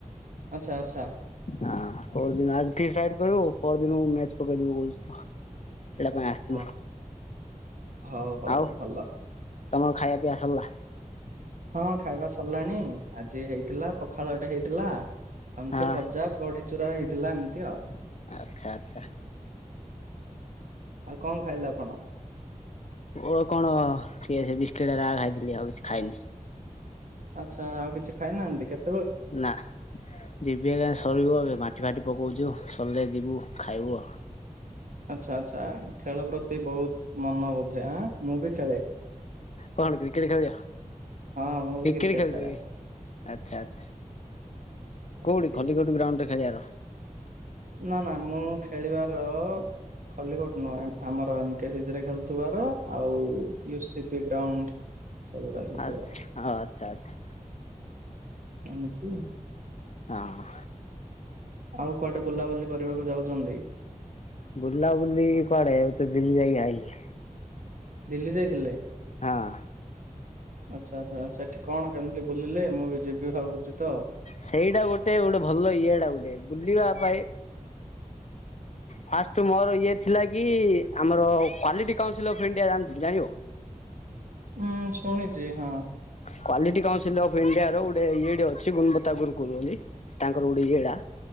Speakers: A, on the right; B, on the left.
A: ଆଚ୍ଛା ଆଚ୍ଛା।
B: ହଁ ପର ଦିନ ଆ ସାଇଟ୍ କରିବୁ ପର୍ ଦିନକୁ ମେଚ ପକେଇ ଦବୁ କହୁଚୁ ସେଟା ଆସ
A: ହଁ ହଉ ହଉ
B: ଆଉ
A: ଭଲ
B: ତମର ଖାଇବା ପିଇବା ସରିଲା?
A: ହଁ ଖାଇବା ସରିଲାଣି, ଆଜି ହେଇଥିଲା ପଖାଳ ଟେ ହେଇଥିଲା। ଆ ଏମତି
B: ହଁ
A: ଭଜା ବଢି ଚୁରା ହେଇଥିଲା ଏମିତି ଆଉ।
B: ଆଚ୍ଛା ଆଚ୍ଛା
A: ଆଉ କଣ ଖାଇଲେ ଆପଣ?
B: ଓ କଣ ସେ ବିସ୍କିଟ ରା ଖାଇଥିଲି ଆଉ କିଛି ଖାଇନି।
A: ଆଚ୍ଛା ଆଉ କିଛି ଖାଇନାହାନ୍ତି, କେତେ
B: ନା ଯିବି ଏକା ସରିବ ଏ ମାଟି ଫାଟି ପକଉଛୁ ସରିଲେ ଯିବୁ ଖାଇବୁ ଆଉ।
A: ଆଚ୍ଛା ଆଚ୍ଛା ଖେଳ ପ୍ରତି ବହୁତ ମନ ବୋଧେ ଆଁ? ମୁଁ ବି ଖେଳେ
B: କଣ କ୍ରିକେଟ ଖେଳିବ?
A: ହଁ ମୁଁ ବି
B: କ୍ରିକେଟ ଖେଳୁଛ
A: ଖେଳେ
B: କି, ଆଛା ଆଛା।
A: ଏମିତି
B: କୋଉଠି କଲିକୋଡି ଗ୍ରାଉଣ୍ଡ ରେ ଖେଳିଆ ର।
A: ନା ନା ମୁଁ ଖେଳିବାର ଖଲି କଟୁ ନୁହଁ ଆମର ଏମ କେ ସିରେ ଖେଳୁଥିବାର ଆଉ ୟୁସିପି ଗ୍ରାଉଣ୍ଡ। ସେଗୁଡା ଖେଳୁଥିବାର
B: ଆଛା ଓ ଆଚ୍ଛା ଆଚ୍ଛା।
A: ଏମିତି।
B: ହଁ।
A: ଆଉ କୁଆଡେ ବୁଲାବୁଲି କରିବାକୁ ଯାଉଛନ୍ତି?
B: ବୁଲା ବୁଲି କୁଆଡେ ଏବେ ତ ଦିଲ୍ଲୀ ଯାଇକି ଆଇଲି।
A: ଦିଲ୍ଲୀ ଯାଇଥିଲେ,
B: ହଁ
A: ଆଛା ଆଛା ସେଠି କଣ କେମିତି? ବୁଲିଲେ ମୁଁ ବି ଯିବି ଭାବୁଛି ତ।
B: ସେଇଟା ଗୋଟେ ଗୋଟେ ଭଲ ଇଏ ଟା ଗୋଟେ ବୁଲିବା ପାଇଁ ଫାଷ୍ଟ ମୋର ଇଏ ଥିଲା କି, ଆମର କ୍ୱାଲିଟି କାଉନ୍ସିଲ୍ ଅଫ୍ ଇଣ୍ଡିଆ ଜାଣି ଜାଣିବ?
A: ହୁଁ ଶୁଣିଛି, ହଁ।
B: କ୍ୱାଲିଟି କାଉନସିଲ ଅଫ୍ ଇଣ୍ଡିଆ ର ଗୋଟେ ଇଏ ଟେ ଅଛି, ଗୁଣବତା ଗୁରୁ କହୁଛନ୍ତି। ତାଙ୍କର ଗୋଟେ ୟେ ଟା।